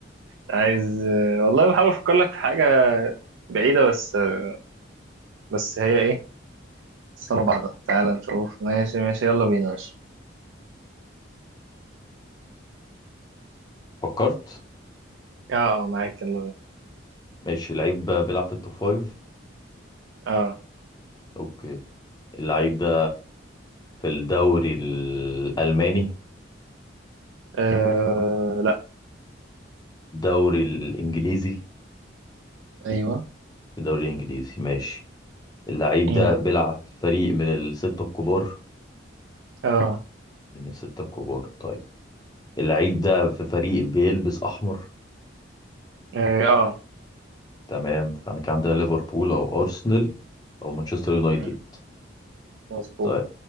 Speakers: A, on the right; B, on the left.
A: عايز آه، والله بحاول افكر لك في حاجة بعيدة بس آه، بس هي ايه صلى بعضها تعالى نشوف ماشي ماشي يلا بينا ماشي
B: فكرت
A: اه معاك يلا بينا
B: ماشي لعيب بيلعب في التوب فايف
A: اه,
B: اوكي اللعيب ده في الدوري الالماني
A: آه لا
B: الدوري الانجليزي
A: ايوه
B: في الدوري الانجليزي ماشي اللعيب ده
A: مم.
B: بيلعب في فريق من الستة الكبار
A: اه
B: من الستة الكبار طيب اللعيب ده في فريق بيلبس احمر
A: اه, آه.
B: تمام فاحنا كان عندنا ليفربول او ارسنال او مانشستر يونايتد
A: مم. مظبوط
B: طيب